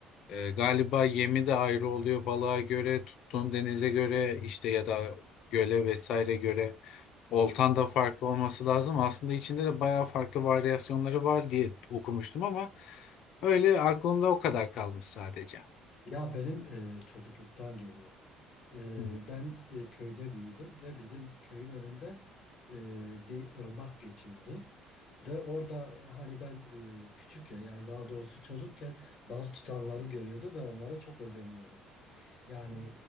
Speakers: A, on the left; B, on the left.
A: e, galiba yemi de ayrı oluyor balığa göre, tuttuğun denize göre işte ya da göle vesaire göre. Oltan da farklı olması lazım. Aslında içinde de bayağı farklı varyasyonları var diye okumuştum ama öyle aklımda o kadar kalmış sadece.
B: Ya benim e, çocukluktan geliyor. E,
A: Hı.
B: ben e, köyde büyüdüm ve bizim köyün önünden e, bir ırmak geçiyordu. Ve orada hani ben e, küçükken yani daha doğrusu çocukken balık tutanları görüyordum ve onlara çok özeniyordum. Yani